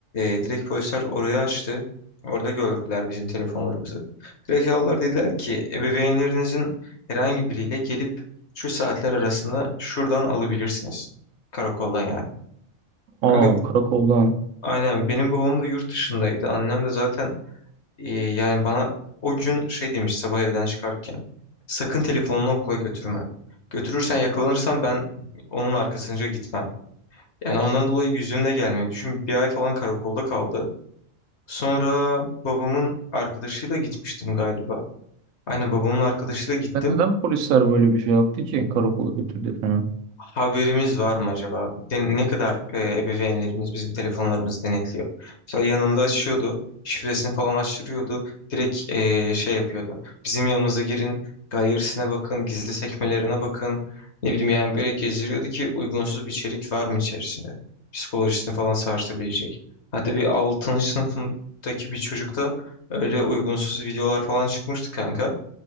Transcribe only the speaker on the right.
Aa karakoldan.
Sen neden polisler böyle bir şey yaptı ki? Karakola götürdü falan.